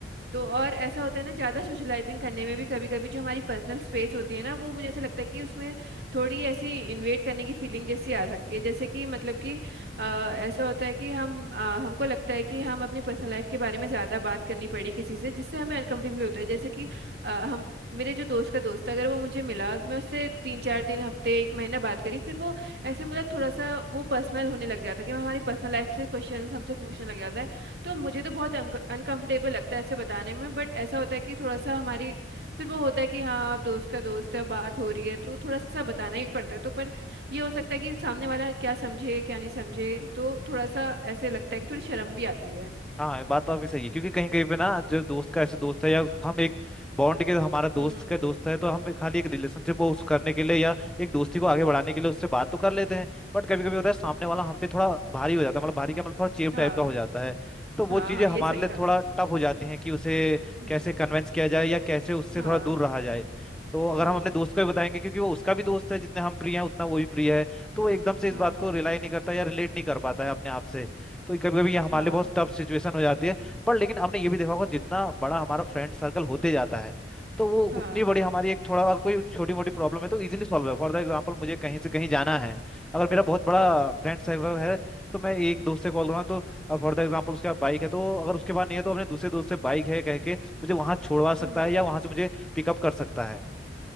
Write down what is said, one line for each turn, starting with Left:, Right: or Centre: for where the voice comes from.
Right: तो और ऐसा होता है ना ज्यादा सोशलाइजिंग करने में भी कभी कभी जो हमारी पर्सनल स्पेस होती है ना वो मुझे ऐसा लगता है कि उसमें थोड़ी ऐसी इन्वेट करने की फीलिंग जैसी आ सकती है जैसे कि मतलब कि अ, ऐसा होता है कि हम अ, हमको लगता है कि हम अपनी पर्सनल लाइफ के बारे में ज्यादा बात करनी पड़ी किसी से जिससे हमें अनकंफर्टेबल होता है जैसे कि अ, हम मेरे जो दोस्त का दोस्त है अगर वो मुझे मिला मैं उससे तीन चार दिन हफ्ते एक महीना बात करी फिर वो ऐसे मतलब थोड़ा सा वो पर्सनल होने लग जाता है कि हमारी पर्सनल लाइफ से क्वेश्चन हमसे पूछने लग जाता है तो मुझे तो बहुत अनकंफर्टेबल लगता है ऐसे बताने में बट ऐसा होता है कि थोड़ा सा हमारी फिर वो होता है कि हाँ आप दोस्त का दोस्त है बात हो रही है तो थोड़ा सा बताना ही पड़ता है तो पर ये हो सकता है कि सामने वाला क्या समझे क्या नहीं समझे तो थोड़ा सा ऐसे लगता है कि थोड़ी शर्म भी आती है
Centre: हाँ बात तो आपकी सही है क्योंकि कहीं कहीं पे ना जो दोस्त का ऐसे दोस्त है या हम एक बॉन्ड के हमारा दोस्त
Right: हम्म
Centre: का दोस्त है तो हम खाली एक रिलेशनशिप वो उस करने के लिए या एक दोस्ती को आगे बढ़ाने के लिए उससे बात तो कर
Right: हम्म,
Centre: लेते हैं बट कभी कभी होता है सामने वाला हम पे थोड़ा भारी हो जाता है मतलब भारी क्या मतलब थोड़ा चेप
Right: हाँ
Centre: टाइप का हो जाता है तो वो
Right: हाँ
Centre: चीजें
Right: हाँ
Centre: हमारे
Right: ये सही
Centre: लिए
Right: कहा
Centre: थोड़ा टफ हो जाती हैं कि उसे
Right: हम्म
Centre: कैसे कन्वेंस किया जाए या कैसे उससे
Right: हाँ
Centre: थोड़ा दूर रहा जाए तो अगर
Right: हम्म
Centre: हम अपने दोस्त को भी बताएंगे क्योंकि वो उसका भी दोस्त है जितने हम प्रिय हैं उतना वो भी प्रिय है तो वो एकदम से इस
Right: हाँ
Centre: बात को रिलाई नहीं करता या रिलेट नहीं कर पाता है अपने आप से तो कभी कभी ये हमारे
Right: हाँ
Centre: लिए बहुत टफ सिचुएशन हो जाती है पर लेकिन हमने ये भी देखा होगा जितना बड़ा हमारा फ्रेंड सर्कल होते जाता है तो वो
Right: हाँ
Centre: उतनी बड़ी हमारी एक थोड़ा कोई छोटी मोटी प्रॉब्लम है तो इजीली सॉल्व है फॉर द एग्जाम्पल मुझे कहीं से कहीं जाना है अगर मेरा बहुत बड़ा
Right: हम्म
Centre: फ्रेंड सर्कल है तो मैं एक दोस्त से कॉल करूँगा तो फॉर द एग्जाम्पल उसके पास बाइक है तो अगर उसके पास नहीं है तो अपने दूसरे दोस्त से बाइक है कह के मुझे वहाँ छोड़वा
Right: हम्म
Centre: सकता है या वहाँ से मुझे पिकअप कर सकता है